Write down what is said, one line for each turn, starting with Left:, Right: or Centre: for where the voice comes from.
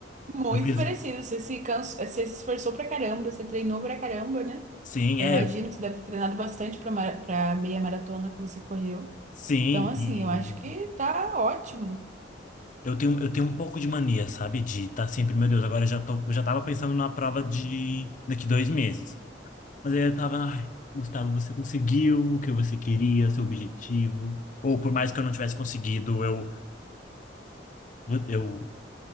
Right: Muito
Left: Eu fiz.
Right: merecido. Você se cansa, você se esforçou pra caramba, você treinou pra caramba, né?
Left: Sim,
Right: Eu
Left: é.
Right: imagino que você deve ter treinado bastante pra, mar... pra meia maratona que você correu.
Left: Sim.
Right: Então, assim,
Left: E
Right: eu acho que tá ótimo.
Left: eu tenho, eu tenho um pouco de mania, sabe? De estar sempre, meu Deus, agora eu já tô, eu já tava pensando na prova de daqui dois meses. Mas aí eu tava, ai, Gustavo, você conseguiu o que você queria, o seu objetivo. Ou por mais que eu não tivesse conseguido, eu, eu